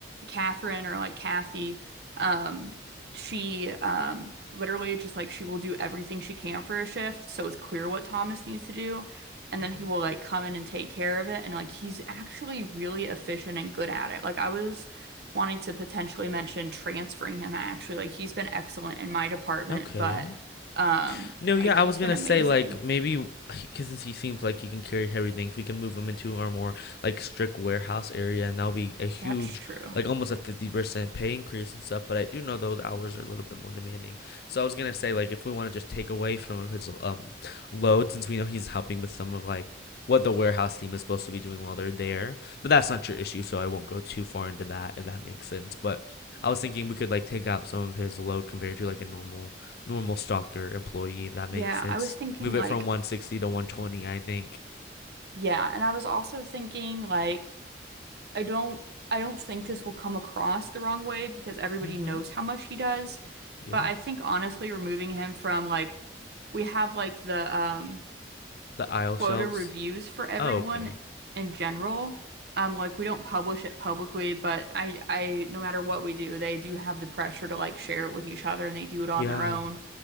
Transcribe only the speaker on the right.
Catherine or like Kathy, um she um literally just like she will do everything she can for a shift, so it's clear what Thomas needs to do and
then he will like come in and take care of it and like he's actually really efficient and good at it like i was wanting to potentially mention transferring him actually like he's been excellent in my department
but um
like he's
been amazing
that's true
yeah
i was thinking
like
yeah and i was also thinking like i don't i don't think this will come across the wrong way because everybody
knows how much he does
but i think honestly removing him from like we have like the um
quota
reviews for everyone
in general. Um, like we don't publish it publicly, but I, I, no matter what we do, they do have the pressure to like share it with each other, and they do it on
their own.